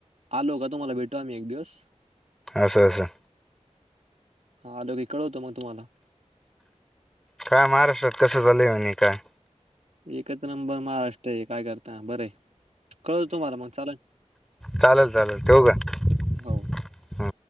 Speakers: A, on the right; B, in the centre.
A: आलो का तुम्हाला भेटू आम्ही एक दिवस.
B: अस असं.
A: हा आलो की कळवतो मग तुम्हाला.
B: काय महाराष्ट्रात कसं चालंय आणि काय?
A: एकच नंबर महाराष्ट्र आहे काय करता बरं आहे कळवतो तुम्हाला मग चालेल.
B: चालल चालल ठेवू का?
A: हो.